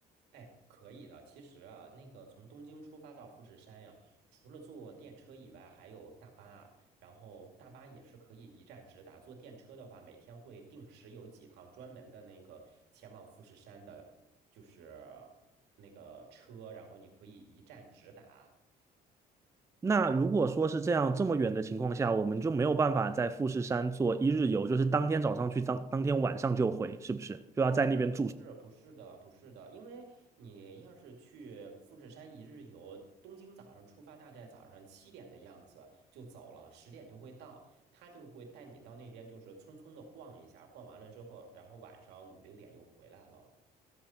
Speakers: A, on the right (about 85°); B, on the right (about 15°).
A: 哎，可以的。其实啊，那个从东京出发到富士山呀、除了坐电车以外，还有大巴啊。然后大巴也是可以一站直达。坐电车的话，每天会定时有几趟专门的那个前往富士山的，就是那个车，然后你可以一站直达。
B: 那如果说是这样这么远的情况下，我们就没有办法在富士山做一日游，就是当天早上去，当当天晚上就回，是不是？就要在那边住。
A: 不是不是不是的，不是的，因为你要是去富士山一日游，东京早上出发，大概早上七点的样子就走了，十点就会到，他就会带你到那边，就是匆匆的逛一下，逛完了之后，然后晚上五六点又回来了。